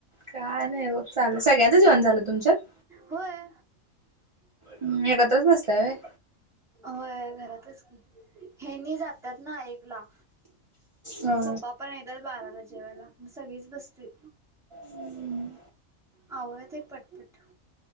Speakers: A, on the right (about 45°); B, in the centre.
A: काय नाही बघ चाल सगळ्यांचं जेवण झालं तुमच्यात
B: होय
A: हम्म एकत्रच बसतय
B: होय घरातच की हे न जातात ना एक ला
A: हा
B: पप्पा पण येतात बाराला जेवायला म सगळीच बसते
A: हम्
B: होह ते पटपट